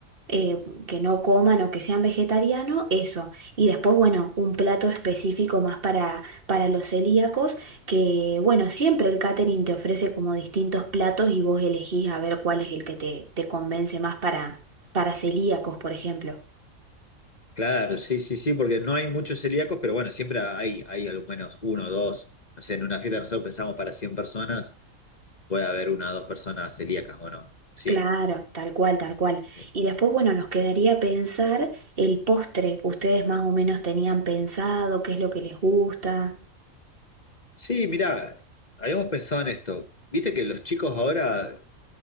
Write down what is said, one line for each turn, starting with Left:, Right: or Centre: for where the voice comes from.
Right: eh, que no coman o que sean vegetarianos, eso. Y después, bueno, un plato específico más para, para los celíacos, que bueno, siempre el catering te ofrece como distintos platos y vos elegís a ver cuál es el que te, te convence más para, para celíacos, por ejemplo.
Left: Claro, sí, sí, sí, porque no hay muchos celíacos, pero bueno, siempre hay, hay al menos uno o dos. No sé, en una fiesta nosotros pensamos para 100 personas, puede haber una o dos personas celíacas o no. Sí.
Right: Claro, tal cual, tal cual.
Left: eh,
Right: Y después, bueno, nos quedaría pensar el postre. ¿Ustedes más o menos tenían pensado qué es lo que les gusta?
Left: Sí, mirá, habíamos pensado en esto. Viste que los chicos ahora